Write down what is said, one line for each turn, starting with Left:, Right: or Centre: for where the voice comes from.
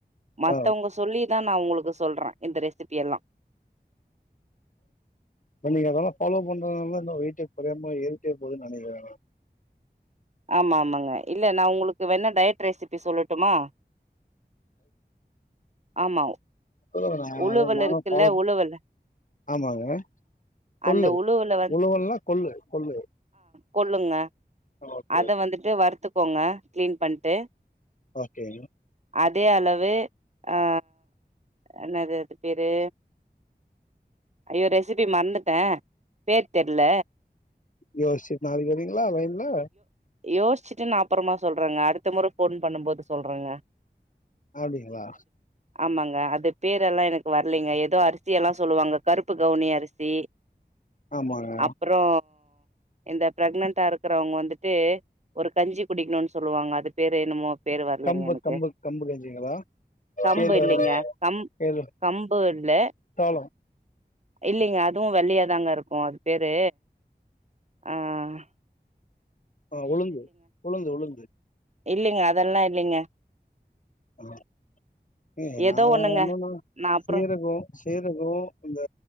Right: மத்தவங்க
Left: ஆ
Right: சொல்லிதா நா உங்களுக்கு சொல்ற இந்த ரெசிபி எல்லா
Left: இ நீங்க அதல்லா ஃபாலோ பண்றதுனா வெயிட்டே கொறையமா ஏறிட்டே போதுன்னு நினைக்கற
Right: ஆமா ஆமாங்க இல்ல நா உங்களுக்கு வேணா டயட் ரெசிபி சொல்லட்டுமா ஆமா
Left: ல்ல
Right: உழுவல்
Left: நானு
Right: இருக்குல்ல
Left: ஃபாலோ
Right: உழுவல்
Left: ஆமாங்க கொள்ளு
Right: அந்த உழுவுல
Left: உழுவல்னா கொள்ளு கொள்ளு
Right: கொல்லுங்க
Left: ஓகே
Right: அத
Left: ஓகே
Right: வந்துட்டு வருத்துக்கோங்க க்ளீன் பண்ட்டு
Left: ஓகே
Right: அதே அளவு அ என்னது அது பேரு ஐயோ ரெசிபி மறந்துட்டே பேரு தெரில
Left: யோஸ்ச்சு நாளைக்கு வரீங்களா லைன்ல
Right: யோஸ்ச்சுட்டுன் அப்பறமா சொல்றங்க அடுத்த மொற ஃபோன் பண்ணும்போது சொல்றங்க
Left: அப்டிங்களா
Right: ஆமங்க அது பேரல்லா எனக்கு வர் இல்லைங்க ஏதோ அரிசி எல்லா சொல்லுவாங்க கருப்பு கவுனி அரிசி
Left: ஆமாங்க
Right: அப்றோ இந்த பிரெக்னன்டா இருக்கிறவங்க வந்துட்டு ஒரு கஞ்சி குடிக்கணும்னு சொல்லுவாங்க அது பேர் என்ணுமோ பேர் வரலைங்க
Left: கம்பு
Right: எனக்கு
Left: கம்பு கம்பு கஞ்சிங்களா
Right: கம்பு
Left: கேழ்வரகு
Right: இல்லைங்க க
Left: கேழ்
Right: கம்பு இல்
Left: சோளம்
Right: இல்லைங்க அதுவும் வெள்ளியாதாங்க இருக்கும் அது பேரு ஆஹ்
Left: ஆஹ் உளுந்து உளுந்து உளுந்து
Right: இல்லைங்க அதெல்லாம் இல்லைங்க
Left: நான்
Right: ஏதோ ஒண்ணுங்க
Left: என்னன்னா
Right: நா அப்புறோ
Left: சீரக்கும் சேரது இந்த